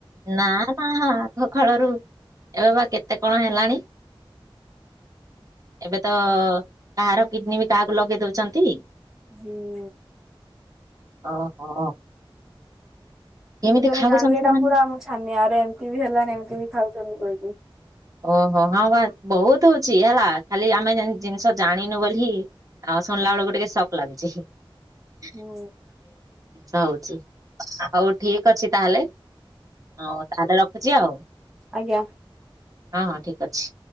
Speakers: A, on the right (about 40°); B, in the centre.
A: ନା ନା ଆଗ କାଳରୁ ଏବେ ବା କେତେ କଣ ହେଲାଣି। ଏବେ ତ କାହାର କିଡନୀ ବି କାହାକୁ ଲଗେଇ ଦଉଚନ୍ତି।
B: ହୁଁ!
A: ଓହୋ। କେମିତି
B: ମୁଁ ତ ଯେବେ
A: ଖାଉଛନ୍ତି
B: ଜାଣିଲି ଏଟା
A: ସେମାନେ
B: ପୁରା ମୁଁ ଛାନି ଆରେ ଏମିତି ବି ହେଲାଣିି ଏମିତି ବି ଖାଉଛନ୍ତି କହିକି।
A: ଓହୋ ହଁ ବା ବହୁତ୍ ହଉଚି ହେଲା ଖାଲି ଆମେ ଜିନ୍ ଜିନିଷ ଜାଣିନୁ ବୋଲି। ନ ଶୁଣିଲା ବେଳକୁ ଟିକେ ଶକ୍ ଲାଗୁଚି। <unintelligible>
B: ହୁଁ
A: ଷା ହଉଚି ହଉ ଠିକ୍ ଅଛି ତାହେଲେ ହଉ। ତାହେଲେ ରଖୁଚି ଆଉ।
B: ଆଜ୍ଞା
A: ହଁ ହଁ ଠିକ୍ ଅଛି।